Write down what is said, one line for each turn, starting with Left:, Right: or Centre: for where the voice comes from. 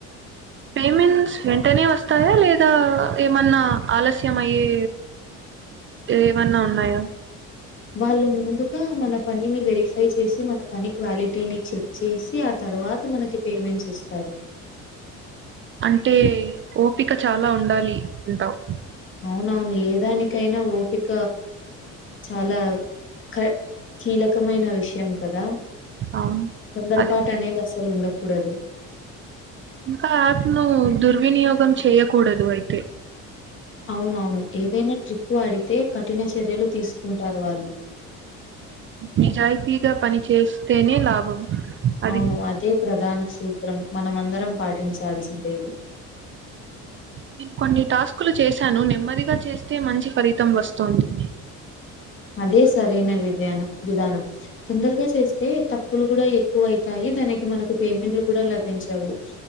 Right: పేమెంట్స్. వెంటనే వస్తాయా లేదా ఏమన్నా ఆలస్యం అయ్యే. ఏమన్నా ఉన్నాయా.
Left: వాళ్ళు ముందుగా మన పనిని వెరిఫై చేసి మన పని క్వాలిటీని చెక్ చేసి ఆ త ర్వాత మనకి పేమెంట్స్ ఇస్తారు
Right: అంటే ఓపిక చాలా ఉండాలి అంటావ్
Left: అవునవును ఏదానికైనా ఓపిక చాలా ఖ కీలకమైన విషయం కదా.
Right: అవును
Left: తొందరపాటునేది
Right: అది
Left: అసలు ఉండకూడదు.
Right: ఇంకా యాప్ నూ దుర్వినియోగం చేయకూడదు అయితే.
Left: అవునవును ఏదైనా ట్రిక్ వాడి. కఠిన చర్యలు తీసుకుంటారు వాళ్ళు
Right: నిజాయితీగా పని చేస్స్తేనే లాభం అది
Left: అవును అదే ప్రధాన సూత్రం మనమందరం పాటించాల్సిందే ఇది
Right: నేన్ కొన్ని టాస్కులు చేశాను నెమ్మదిగా చేస్తే మంచి ఫలితం వస్తోంది
Left: అదే సరైన విధ్యానం విధానం తొందరగా చేస్తే తప్పులు గుడా ఎక్కువైతాయి దానికి మనకు పేమెంట్లు కూడా లభించవు